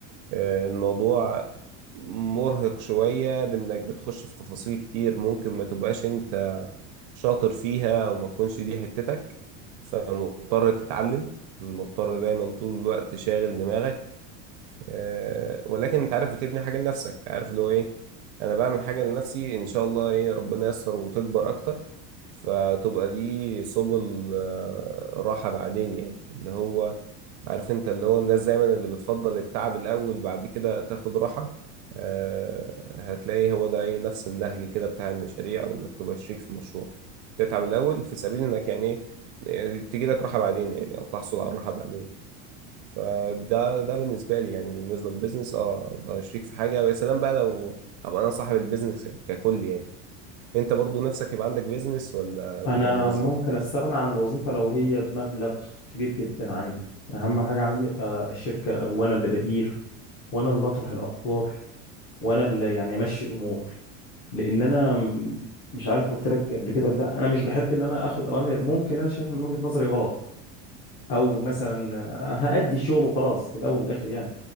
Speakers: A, on the right; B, on the left.
A: آه، الموضوع مرهق شوية بإنك بتخش في تفاصيل كتير ممكن ما تبقاش أنت شاطر فيها أو ما تكونش دي حتتك فمضطر تتعلم مضطر دايما طول الوقت شاغل دماغك آه، ولكن أنت عارف بتبني حاجة لنفسك عارف اللي هو إيه أنا بعمل حاجة لنفسي إن شاء الله إيه ربنا ييسر وتكبر أكتر فتبقى دي سبل آه، راحة بعدين يعني اللي هو عارف انت اللي هو الناس دايما اللي بتفضل التعب الاول بعد كده تاخد راحة آه، هتلاقي هو ده ايه نفس النهج كده بتاع المشاريع او انك تبقى شريك في مشروع تتعب الاول في سبيل انك يعني ايه تجي لك راحة بعدين يعني او تحصل على الراحة بعدين فده ده بالنسبة لي يعني بالنسبة للبيزنس اه ابقى شريك في حاجة ويا سلام بقى لو ابقى انا صاحب البيزنس ككل يعني انت برضو نفسك يبقى عندك بيزنس ولا
B: أنا
A: تبقى موظف؟
B: ممكن أستغنى عن الوظيفة لو هي بمبلغ كبير جدا عادي أهم حاجة عندي أبقى الشركة وأنا اللي بدير وأنا اللي أطرح الأفكار وأنا اللي يعني أمشي الأمور لان انا م- مش عارف قلت لك قبل كده ولا لا انا مش بحب ان انا اخد اوامر ممكن انا شايفها من وجهة نظري غلط او مثلا آه، هأدي الشغل وخلاص في الاول والاخر يعني